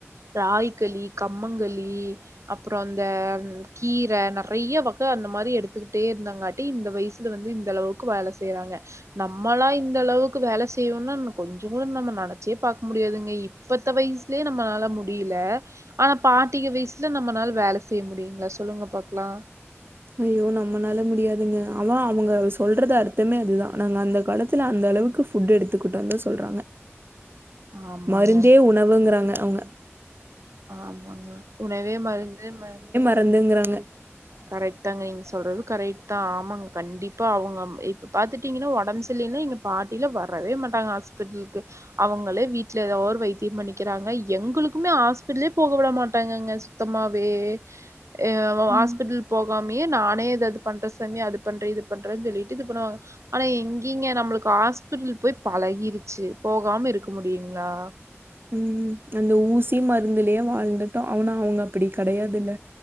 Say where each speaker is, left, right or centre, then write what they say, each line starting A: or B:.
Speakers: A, on the right (about 85°); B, on the right (about 50°).
A: ராகிகளி கம்மங்களி அப்றோ அந்த கீரை நெறைய வகை அந்த மாரி எடுத்துக்கிட்டே இருந்தாங்காட்டி இந்த வயசு வந்து இந்த அளவுக்கு வேலை செய்றாங்க நம்மளா இந்த அளவுக்கு வேலை செய்றோம்னா கொஞ்சோ கூட நம்ம நட நெனச்சே பாக்க முடியாதுங்க இப்பத்த வயசுலயே நம்மனால முடியல ஆனா பாட்டிக வயசுல நம்மளால வேலை செய்ய முடியுங்ளா சொல்லுங்க பாக்கலா
B: ஐயோ நம்மனால முடியாதுங்க ஆனா அவுங்க சொல்றது அர்த்தமே அதுதா நாங்க அந்த காலத்துல அந்த அளவுக்கு ஃபுட் எடுத்துக்கிட்டோந்தா சொல்றாங்க
A: ஆமாங்க
B: மருந்தே உணவுங்றாங்க அவுங்க
A: ஆமாங்க உணவே மருந்து மார்
B: ந்துங்றாங்க
A: கரெக்ட் தாங்க நீங்க சொல்றது கரெக்ட் தான் ஆமாங்க கண்டிப்பா அவுங்க இப்ப பாத்துட்டீங்கன்னா உடம்பு சரில்லனா இங்க பாட்டில வரவே மாட்டாங்க ஹாஸ்பிட்டலுக்கு அவுங்களே வீட்ல ஏதாவ ஒரு வைத்தியம் பண்ணிக்கிறாங்க எங்களுக்குமே ஹாஸ்பிடலே போக விட மாட்டாங்கங்க உத்தமா வே அ
B: ம்.
A: ஹாஸ் ஹஸ்பிட்டல் போகாமே நானே எதாது பண்றே சாமி அது பண்றேன் இது பண்றேன்னு சொல்லிட்டு இது பண்ணுவாங்க ஆனா எங்கிங்க நம்மளுக்கு ஹாஸ்பிட்டல் போய் பழகிருச்சு போகாம இருக்க முடியுங்களா
B: உம் அந்த ஊசி மருந்துலயே வாழ்ந்துட்டோ அவனா அவுங்க அப்டி கெடையாதுல்ல